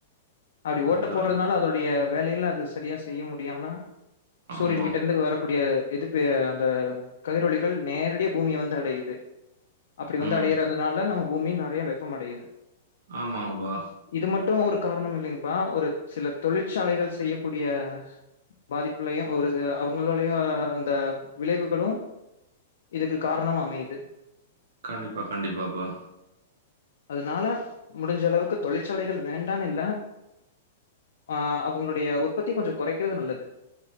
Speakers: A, on the left; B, on the right.
A: அப்டி ஓட்ட
B: அதா
A: போடுறதுனால
B: இது
A: அதோடய வேலயில அது சரியா செய்ய முடியாம சூரியன்
B: ஆமா
A: கிட்ட இருந்து வரக்கூடிய எதுப்பு அந்த கதிரொலிகள் நேரடிய பூமிய வந்து அடயுது அப்டி வந்து
B: ம்
A: அடயறதுனால நம்ம பூமி நிறய வெப்பம் அடயுது
B: ஆமாங்ப்பா
A: இது மட்டு ஒரு காரனம் இல்லேங்கப்பா ஒரு சில தொழிற்சாலைகள் செய்யக்கூடிய பாதிப்புலையு ஒரு அவங்களோடய அந்த விளைவுகளு இதுக்கு காரணமா அமயுது
B: கண்டிப்பா கண்டிப்பாப்பா
A: அதனால முடிஞ்ச அளவுக்கு தொழிற்சாலைகள் வேண்டான்னு இல்ல ஆ அவங்களுடய உற்பத்தி கொஞ்சோ குறக்கிறது நல்லது